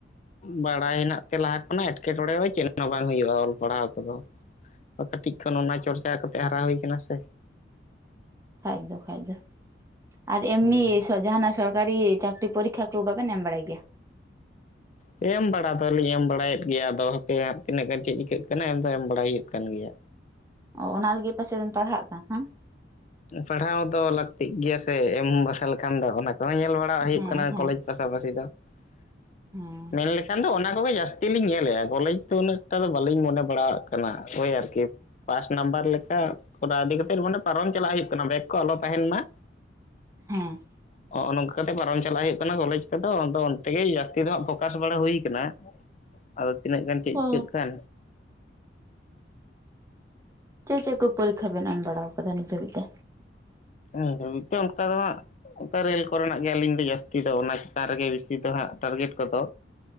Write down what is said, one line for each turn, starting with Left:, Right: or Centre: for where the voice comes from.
Left: ᱵᱟᱲᱟᱭ ᱱᱟᱜ ᱛᱮᱞᱟ ᱚᱱᱮ ᱮᱴᱠᱮᱴᱚᱬᱮ ᱫᱚ ᱪᱮᱫ ᱦᱚᱸ ᱵᱟᱝ ᱦᱩᱭᱩᱜᱼᱟ ᱚᱞᱚᱜ ᱯᱟᱲᱦᱟᱣ ᱠᱚ ᱫᱚ ᱠᱟᱹᱴᱤᱡ ᱠᱷᱚᱱ ᱚᱱᱟ ᱪᱚᱨᱪᱟ ᱠᱟᱛᱮ ᱦᱟᱨᱟ ᱦᱩᱭ ᱠᱟᱱᱟ ᱥᱮ᱾
Right: ᱠᱷᱟᱡ ᱡᱚᱠᱷᱟᱡ ᱫᱚ ᱟᱨ ᱮᱢᱱᱤ
Left: ᱦᱮᱸ
Right: ᱥᱚᱡᱟ ᱱᱟᱜ ᱥᱚᱨ ᱥᱚᱨᱠᱟᱨᱤ ᱪᱟᱹᱠᱨᱤ ᱯᱚᱨᱤᱠᱠᱷᱟ ᱠᱚ ᱵᱟᱵᱮᱱ ᱮᱢ ᱵᱟᱲᱟᱭ ᱜᱮᱭᱟ
Left: ᱮᱢ ᱵᱟᱲᱟ ᱫᱚᱞᱤᱧ ᱮᱢ ᱵᱟᱲᱟᱭᱮᱫ ᱜᱮᱭᱟ ᱟᱫᱚ ᱦᱟᱯᱮ ᱦᱟᱜ ᱛᱤᱱᱟᱹᱜ ᱜᱟᱱ ᱪᱮᱫ ᱪᱤᱠᱟᱹᱜ ᱠᱟᱱᱟ ᱮᱢ ᱫᱚ ᱮᱢ ᱵᱟᱲᱟᱭ ᱦᱩᱭᱩᱜ ᱠᱟᱱ ᱜᱮᱭᱟ᱾
Right: ᱚ ᱚᱱᱟ ᱞᱟᱹᱜᱤᱫ ᱯᱟᱪᱮᱜ ᱵᱮᱱ ᱯᱟᱲᱦᱟᱜ ᱠᱟᱱ ᱦᱟᱝ
Left: ᱯᱟᱲᱦᱟᱣ ᱫᱚ ᱞᱟᱹᱠᱛᱤᱜ ᱜᱮᱭᱟ ᱥᱮ ᱮᱢ ᱵᱟᱲᱟ ᱞᱮᱠᱷᱟᱱ ᱫᱚ ᱚᱱᱟ ᱠᱚᱻᱦᱚᱸ ᱧᱮᱞ ᱵᱟᱲᱟ ᱞᱟᱲᱦᱟᱜ
Right: ᱦᱮᱸ
Left: ᱦᱩᱭᱩᱜ ᱠᱟᱱᱟ
Right: ᱦᱮᱸ
Left: ᱠᱚᱞᱮᱡᱽ ᱯᱟᱥᱟᱯᱟᱥᱤ ᱫᱚ ᱼᱼ
Right: ᱦᱮᱸ
Left: ᱢᱮᱱ ᱞᱮᱠᱷ ᱧᱮᱞ ᱫᱚ ᱚᱱᱟ ᱠᱚᱜᱤ ᱡᱟᱹᱥᱛᱤ ᱞᱤᱧ ᱧᱮᱞ ᱮᱭᱟ ᱠᱚᱞᱮᱡᱽ ᱫᱚ ᱩᱱᱟᱹᱜ ᱮᱠᱴᱟ ᱫᱚ ᱵᱟᱹᱞᱤᱧ ᱢᱚᱱᱮ ᱵᱟᱲᱟᱜ ᱠᱟᱱᱟ ᱳᱭ ᱟᱨᱠᱤ᱾ ᱯᱟᱥ ᱱᱟᱢᱵᱟᱨ ᱞᱮᱠᱟ ᱠᱚᱨᱟ ᱤᱫᱤ ᱠᱟᱛᱮᱜ ᱢᱟᱱᱮ ᱯᱟᱨᱳᱢ ᱪᱟᱞᱟᱜ ᱦᱩᱭᱩᱜ ᱠᱟᱱᱟ ᱵᱮᱜᱽ ᱠᱚ ᱟᱞᱚ ᱛᱟᱦᱮᱸᱱ ᱢᱟ
Right: ᱵᱮᱸᱻ
Left: ᱦᱚᱜ ᱚ ᱱᱚᱝᱠᱟ ᱠᱟᱛᱮ ᱯᱟᱨᱚᱢ ᱪᱟᱞᱟᱜ ᱦᱩᱭᱩᱜ ᱠᱟᱱᱟ ᱠᱚᱞᱮᱡᱽ ᱠᱚᱫᱚ ᱟᱫᱚ ᱚᱱᱛᱮ ᱜᱮ ᱡᱟᱥᱛᱤ ᱫᱚ ᱦᱟᱜ ᱯᱷᱚᱠᱟᱥ ᱵᱟᱲᱟ ᱦᱩᱭ ᱠᱟᱱᱟ ᱟᱫᱚ ᱛᱤᱱᱟᱹᱜ ᱜᱟᱱ ᱪᱮᱫ
Right: ᱚ
Left: ᱪᱤᱠᱟᱹᱜ ᱠᱟᱱ
Right: ᱪᱮᱫ ᱪᱮᱫ ᱠᱩ ᱯᱚᱨᱤᱠᱷᱟ ᱵᱮᱱ ᱮᱢ ᱵᱟᱲᱟ ᱟᱠᱟᱫᱟ ᱱᱤᱛ ᱫᱷᱟᱹᱵᱤᱡ ᱛᱮ
Left: ᱱᱤᱛ ᱫᱷᱟᱹᱵᱤᱡ ᱛᱮ ᱚᱱᱠᱟ ᱫᱚ ᱦᱟᱜ ᱚᱠᱟ ᱨᱮᱞ ᱠᱚᱨᱮᱱᱟᱜ ᱜᱮ ᱟᱹᱞᱤᱧ ᱫᱚ ᱡᱟᱹᱥᱛᱤ ᱫᱚ ᱚᱱᱟ ᱪᱮᱛᱟᱱ ᱨᱮ ᱜᱮ ᱵᱮᱥᱤ ᱫᱚ ᱦᱟᱸᱜ ᱴᱟᱨᱜᱮᱴ ᱠᱚᱫᱚ